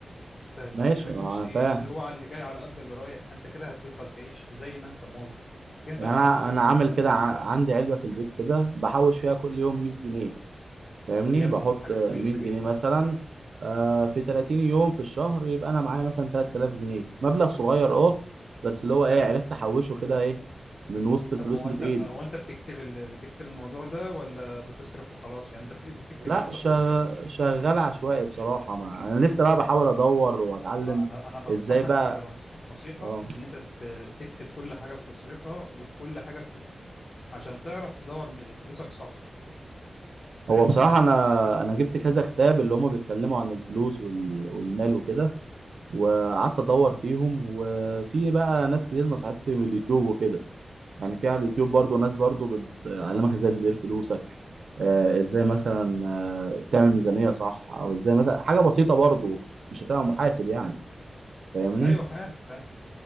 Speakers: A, on the left; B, on the right.
A: فاهم
B: ماشي
A: قصدي ما يكونش
B: انا
A: ايه
B: فاهم
A: اللي هو على اللي جاي على قد اللي رايح انت كده هتفضل تعيش زي ما انت موظف كده انت
B: يعني
A: مش
B: انا
A: عارف تدير
B: انا
A: مالك
B: عامل
A: صح
B: كده ع- عندي علبه في البيت كده بحوش فيها كل يوم 100 جنيه فاهمني
A: وليكن
B: بحط
A: دي حاجه
B: آه،
A: كويسه
B: 100
A: جدا
B: جنيه مثلا آه، في 30 يوم في الشهر يبقى انا معايا مثلا 3000 جنيه مبلغ صغير اه بس اللي هو ايه عرفت احوشه كده ايه من وسط الفلوس
A: طب هو
B: اللي
A: انت
B: في ايدي
A: هو انت بتكتب ال... بتكتب الموضوع ده ولا بتصرف وخلاص يعني انت بت- بتكتب
B: لا
A: اللي انت
B: شغ-
A: بتصرفه
B: شغال عشوائي بصراحه مع انا لسه بقى بحاول ادور واتعلم
A: لا انا انا بنصحك
B: ازاي بقى
A: انا بنصحك نصيحه
B: اه
A: ان انت ت- تكتب كل حاجه بتصرفها وكل حاجه بتدخل عشان تعرف تدور م- فلوسك صح
B: هو
A: فاهم
B: بصراحه
A: قصدي
B: انا انا جبت كذا كتاب اللي هم بيتكلموا عن الفلوس وال- والمال وكده وقعدت ادور فيهم وفي بقى ناس كتير نصحتني من اليوتيوب وكده يعني في على اليوتيوب برضو ناس برضو بتعلمك ازاي تدير فلوسك آه، ازاي مثلا آه، تعمل ميزانية صح او ازاي مثلا حاجة بسيطة برضو مش هتبقى محاسب يعني فاهمني
A: ايوه فاهم فاهم